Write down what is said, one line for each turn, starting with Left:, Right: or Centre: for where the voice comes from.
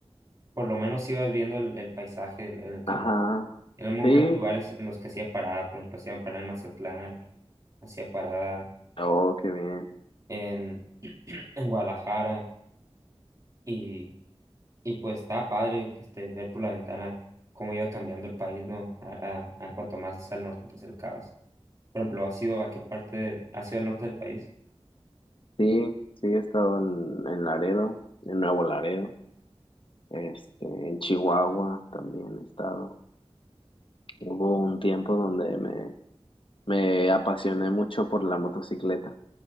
Right: por lo menos ibas viendo el, el paisaje en en el camino.
Left: ajá,
Right: Eran muy
Left: sí,
Right: buenos lugares en los que hacía parada, por ejemplo, hacía parada en Mazatlán, hacía parada
Left: oh, qué bien.
Right: en, <clears throat> en Guadalajara y, y pues estaba padre que este, ver por la ventana cómo iba cambiando el país, ¿no? A, a, a cuanto más al norte te acercabas. Por ejemplo, ¿has ido a qué parte, has ido al norte del país?
Left: Sí, sí, he estado en, en Laredo, en Nuevo Laredo, este, en Chihuahua también he estado. Hubo un tiempo donde me, me apasioné mucho por la motocicleta